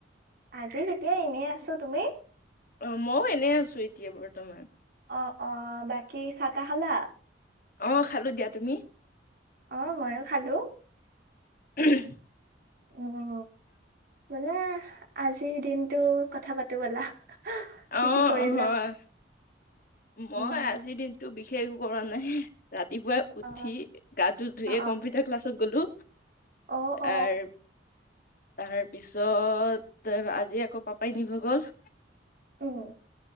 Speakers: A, on the right (about 55°); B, on the left (about 50°).
A: আজি এতিয়া এনেই আছোঁ। তুমি?
B: অ' মওঁ এনেই আছো এতিয়া বৰ্তমান।
A: অঁ, অঁ বাকী চাহ তাহ খালা?
B: অ' খালো দিয়া। তুমি?
A: অঁ ময়ো খালোঁ।
B: <unintelligible>
A: অ' ব'লা আজিৰ দিনটো কথা পাতো ব'লা।
B: অ',
A: কি কি কৰিলা
B: অ' মই
A: উম
B: আজিৰ দিনতটো বিশেষ কৰা নাই। ৰাতিপুৱাই
A: অ
B: উঠি গাটো ধুইয়ে
A: অ
B: কম্পিউটাৰ ক্লাছত গ'লো
A: অ
B: তাৰ
A: অ অ
B: তাৰ পিছত আজি আকৌ পাপাই নিব গ'ল
A: উম